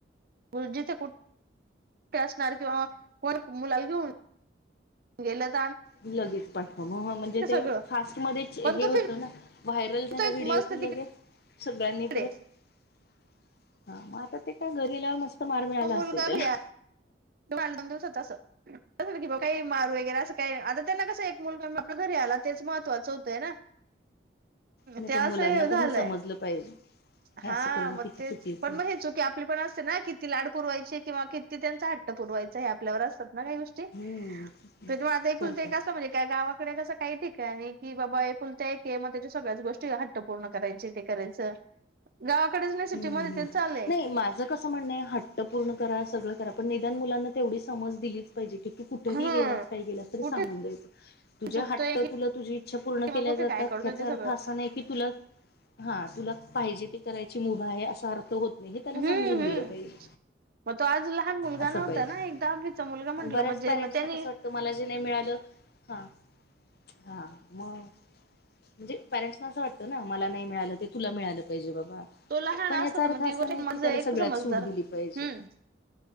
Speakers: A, on the right; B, on the left.
A: <unintelligible> कुठं असणार किंवा वर मुलाला घेवून गेलंत.
B: लगेच पाठवा हा म्हणजे ते
A: सगळं
B: फास्ट मध्येच
A: पण
B: हे
A: तो
B: होतं ना व्हायरल
A: फिरतोय
B: झाला व्हिडिओ
A: मस्त
B: <unintelligible>
A: तिकडे तो मुलगा
B: असेल त्याला
A: घरी आला <unintelligible> असं कि बा मार वगैरे असं काही, आता तेना कसं एक मुलगा आपला घरी आला, तेच महत्वाचं होतयं ना.
B: नाही
A: ते
B: पण
A: असह्य
B: मुलांना पण
A: झालंय.
B: हे समजलं पाहिजे हे
A: हा
B: असं करणं
A: मग
B: किती
A: तेच
B: चुकीचं
A: पण
B: आहे.
A: मग चूकी आपली पण असते ना किती लाड पुरवायचे किंवा किती त्यांचा हट्ट पुरवायचा हे आपल्यावर असतं. ना काही गोष्टी
B: हम्म
A: तेच म आता एकुलतं
B: तर
A: एक
B: काय
A: असतं म्हणजे गावा कडे कसं काही ठिकाणी की बाबा, एकुलता एक मग त्याच्या सगळ्याच गोष्टी हट्ट पूर्ण करायचे ते करायचं. गावाकडेच नाही सिटीमध्ये
B: हम्म हम्म.
A: तेच चाललंय
B: नाही माझं कसं म्हणये हट्ट पूर्ण करा सगळं करा, पण निदान मुलांना तेवढी समज दिलीच चं पाहिजे कि तु कुठंही
A: हम्म
B: गेलास, काय गेलास तर तु
A: कुठे
B: सांगून जायचं. तुझे
A: चुकतोय
B: हट्ट तुला तुझी इच्छा पुर्ण
A: किंवा
B: केल्या
A: कुठे
B: जातात
A: काय करतोय
B: याचा
A: ते सगळं
B: अर्थ असा नाही की, हा तुला पाहिजे ते करायची मुभा आहे असा अर्थ होत नाही, हे त्याला
A: हम्म
B: समजून
A: हम्म
B: दिलं पाहिजे.
A: मग तो आज लहान मुलगा
B: असं
A: नव्हता
B: पाहिजे
A: ना एक दहावीचा मुलगा म्हंटलं
B: बऱ्याच
A: म्हणजे
B: पॅरेंट्सना
A: मग त्यानी
B: कस वाटत मला जे नाही मिळालं हा हा मग म्हणजे पॅरेंटसना असं वाटतं ना. मला नाही मिळालं तुला मिळालं पाहिजे बाबा.
A: तो लहान
B: पण
A: असतो,
B: याचा अर्थ
A: म ती
B: असा
A: गोष्ट
B: नाही
A: मा
B: की त्याला
A: एक
B: सगळ्यात
A: समजदार
B: सूट
A: हम्म.
B: दिली पाहिजे.